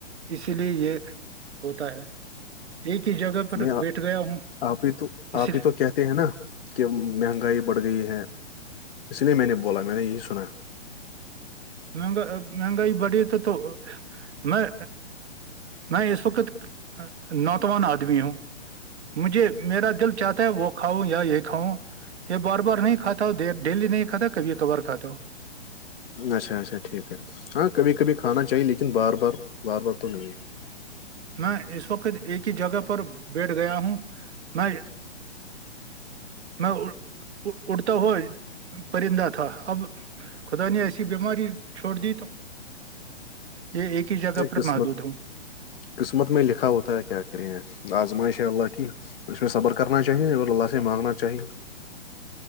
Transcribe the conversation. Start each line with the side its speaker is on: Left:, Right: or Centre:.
Right: اسی لیے یہ ہوتا ہے ایک ہی جگہ پر
Left: میں
Right: بیٹھ گیا ہوں
Left: آپ ہی تو
Right: اس
Left: آپ
Right: لیے
Left: ہی تو کہتے ہیں نا کہ مہنگائی بڑھ گئی ہے اس لیے میں نے بولا میں نے یہی سنا
Right: مہنگا مہنگائی بڑی تو تو میں میں اس وقت نوتوان آدمی ہوں مجھے میرا دل چاہتا ہے وہ کھاؤں یا یہ کاؤ یہ بار بار نہیں کھا ڈیلی نہیں کھا کبھی کبار کھاتا ہوں
Left: اچھا اچھا ٹھیک ہے ہاں کبھی کبھی کھانا چاہیے لیکن بار بار بار بار تو نہیں ہے
Right: میں اس وقت ایک ہی جگہ پر بیٹھ گیا ہوں میں میں اڑتا ہوئے پرندہ تھا اب خدا نے ایسی بیماری چھوڑ دی تو یہ ایک ہی جگہ
Left: نہیں
Right: پر
Left: قسمت
Right: محدود ہوں
Left: قسمت میں لکھا ہوتا ہے کیا کریں آزمائشا اللہ کی اس میں صبر کرنا چاہیے اور اللہ سے مانگنا چاہیے